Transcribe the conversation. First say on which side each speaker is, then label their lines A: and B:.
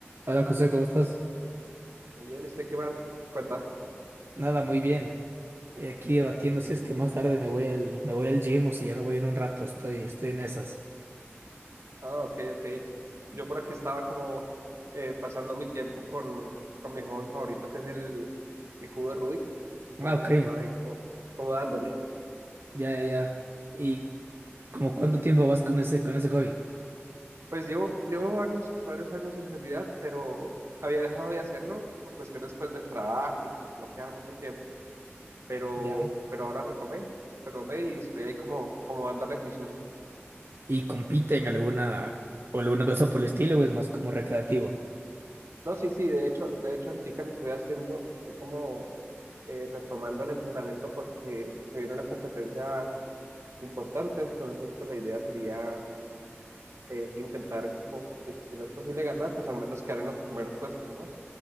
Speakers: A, on the right; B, on the right.
A: Hola José, ¿cómo estás?
B: Muy bien, ¿y usted qué más cuenta?
A: Nada, muy bien. Eh, Aquí debatiendo si es que más tarde me voy al, me voy al gym o si ya me voy en un rato. Estoy, estoy en esas.
B: Ah, ok, ok. Yo por aquí estaba como eh, pasando mi tiempo con, con mi juego favorito, que es el, el cubo de Rubik. Entonces
A: Ah, ok.
B: estaba ahí como, como dándole.
A: Ya, ya, ya. ¿Y como cuánto tiempo vas con ese, con ese hobby?
B: Pues llevo, llevo varios, varios años en realidad, pero había dejado de hacerlo por cuestiones pues del trabajo y como que no quedaba mucho tiempo. Pero,
A: Ya.
B: pero ahora retomé, retomé y estoy ahí como, como dándole juicioso.
A: ¿Y compite en alguna, o alguna cosa por el estilo o es más como recreativo?
B: No, sí, sí, de hecho, de hecho ahorita le estoy haciendo, estoy como eh, retomando el entrenamiento porque se viene una competencia importante, entonces pues la idea sería eh, intentar, como, si, si no es posible ganar, pues al menos quedar en los primeros puestos, ¿no?